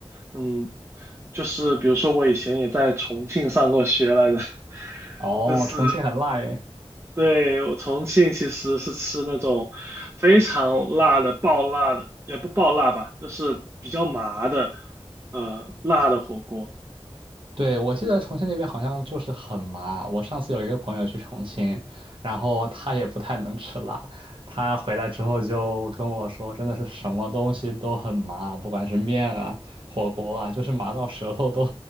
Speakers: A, on the right (about 25°); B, on the right (about 55°).
A: 嗯，就是比如说我以前也在重庆上过学来着。<laughs>
B: 哦，
A: 就是
B: 重庆很辣耶。
A: 对我重庆其实是吃那种非常辣的、爆辣的，也不爆辣吧，就是比较麻的，呃，辣的火锅。
B: 对，我记得重庆那边好像就是很麻。我上次有一个朋友去重庆，然后他也不太能吃辣，他回来之后就跟我说，真的是什么东西都很麻，不管是面啊、火锅啊，就是麻到舌头都、